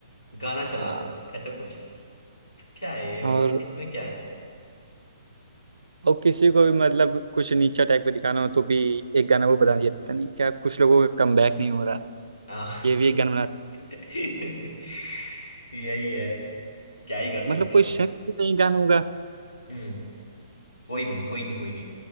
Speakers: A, on the left (about 80°); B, on the right (about 80°).
A: गाना चला
B: हाँ
A: दो ऐसा कुछ क्या है ये
B: और
A: मतलब इसमें क्या है
B: और किसी को भी मतलब कुछ नीचा टाइप का दिखाना हो तो भी एक गाना वो बता दिया था पता नहीं क्या कुछ लोगों का कम बैक नहीं हो रहा
A: हाँ।
B: ये भी एक गाना बना
A: <laughs> यही है क्या ही कर सकते
B: मतलब कोई
A: हैं
B: सेंस ही नहीं गानों का
A: हम्म कोई नहीं कोई नहीं कोई नहीं